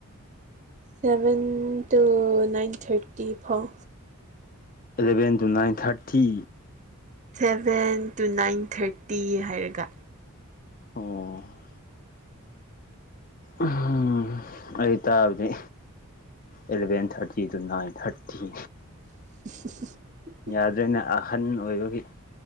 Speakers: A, on the right; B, on the left.
A: ꯁꯚꯦꯟ ꯇꯨ ꯅꯥꯏꯟ ꯊꯥꯔꯇꯤ ꯐꯥꯎ
B: eleven two nine thirty
A: seven two nine thirty ꯍꯥꯏꯔꯒ
B: ꯑꯣ ꯎꯝ ꯑꯩ ꯇꯥꯕꯗꯤ eleven thirty two nine thirty
A: <inaudible>
B: ꯌꯥꯗ꯭ꯔꯦꯅ ꯑꯍꯟ ꯑꯣꯏꯕꯒꯤ